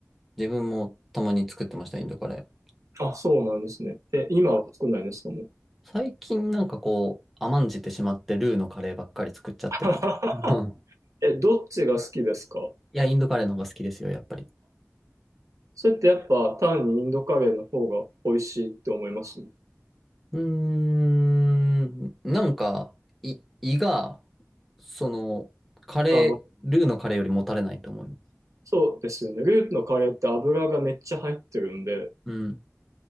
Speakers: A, in the centre; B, on the right.
A: 自分もたまに作ってました、インドカレー。
B: あ、そうなんですね。え、今は作んないんですか、もう。
A: 最近なんかこう、甘んじてしまってルーのカレーばっかり作っちゃってる。
B: <laughs>
A: <laughs> うん
B: え、どっちが好きですか
A: いや、インドカレーの方が好きですよ、やっぱり。
B: それってやっぱ単にインドカレーの方が美味しいって思います
A: うーん、なんか、い胃が、その、カレー、
B: あ、わ
A: ルーのカレーよりもたれないと思います。
B: そうですよね。ルーのカレーって油がめっちゃ入ってるんで、
A: うん。